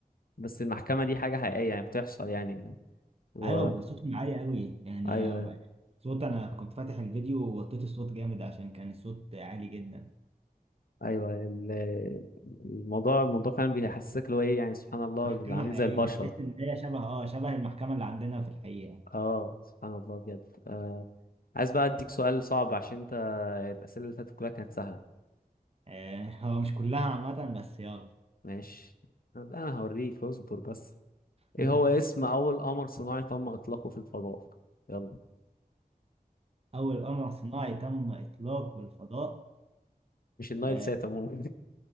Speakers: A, on the left; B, on the right.
A: بس المحكمة دي حاجة حقيقية يعني بتحصل يعني و
B: ايوه بيبقى صوتهم عالي قوي يعني
A: أيوه أيوه.
B: أنا- صوت انا كنت فاتح الفيديو ووطيت الصوت جامد عشان كان الصوت عالي جدا
A: ايوه ال- الموضوع الموضوع فعلا بيحسسك اللي هو ايه يعني سبحان الله
B: محكمه
A: دول عاملين زي
B: حقيقيه
A: البشر
B: تحس ان هي شبه اه شبه المحكمه اللي عندنا في الحقيقه
A: اه سبحان الله بجد آه عايز بقى اديك سؤال صعب عشان انت الاسئله اللي فاتت كلها كانت سهله
B: آه، هو مش كلها عامة بس يلا
A: ماشي انا هوريك اصبر بس ايه
B: <laughs>
A: هو اسم اول قمر صناعي تم اطلاقه في الفضاء يلا
B: أول قمر صناعي تم إطلاقه الفضاء
A: مش النايل
B: آه،
A: سات عموما